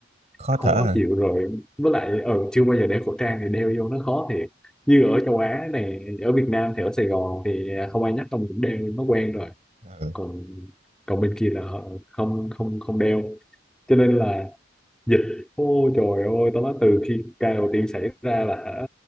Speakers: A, on the right; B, in the centre.
A: khó thở
B: khó
A: hả?
B: chịu rồi với lại ờ chưa bao giờ đeo khẩu trang thì đeo vô nó khó thiệt như ở châu Á này ở Việt Nam thì ở Sài Gòn thì không ai nhắc ông cũng đeo nó quen rồi
A: Ừ.
B: còn còn bên kia là họ không không không đeo cho nên là dịch ôi trời ơi tao nói từ khi ca đầu tiên xảy ra là hả